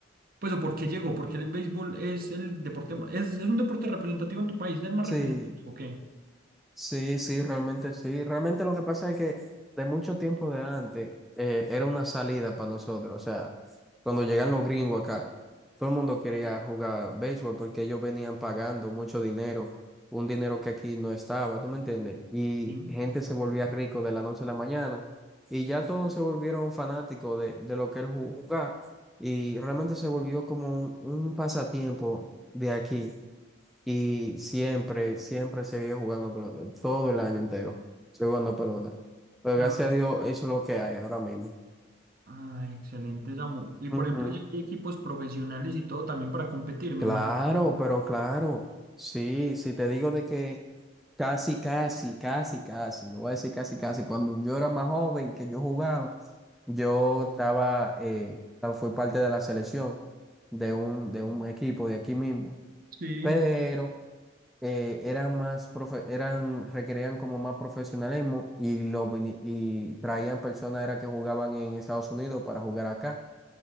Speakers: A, on the right (about 50°); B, in the centre.
A: Pues o por qué llegó, porque el béisbol es el deporte, ma- es, es un deporte representativo en tu país, es el más
B: Sí.
A: representativo, ¿qué?
B: Sí, sí, realmente sí. Realmente lo que pasa es que de mucho tiempo de antes eh, era una salida para nosotros. O sea, cuando llegan los gringos acá, todo el mundo quería jugar béisbol porque ellos venían pagando mucho dinero, un dinero que aquí no estaba, ¿tú me entiendes? Y
A: Sí.
B: gente se volvía rico de la noche a la mañana y ya todos se volvieron fanáticos de, de lo que era ju- jugar y realmente se volvió como un, un pasatiempo de aquí. Y siempre, siempre seguí jugando pelota, todo el año entero, seguí jugando pelota. Pero
A: Ah,
B: gracias a Dios, eso es lo que hay ahora mismo.
A: ah, excelente, Samu. Y por
B: Ujú.
A: ejemplo, ya hay equipos profesionales y todo también para competir, me
B: Claro,
A: imagino. Sí.
B: pero claro, sí, sí, te digo de que casi, casi, casi, casi, no voy a decir casi, casi, cuando yo era más joven que yo jugaba, yo estaba, eh, fui parte de la selección de un, de un equipo de aquí mismo,
A: Sí.
B: pero eh, eran más profe- eran requerían como más profesionalismo y lo vini- y traían personas era que jugaban en Estados Unidos para jugar acá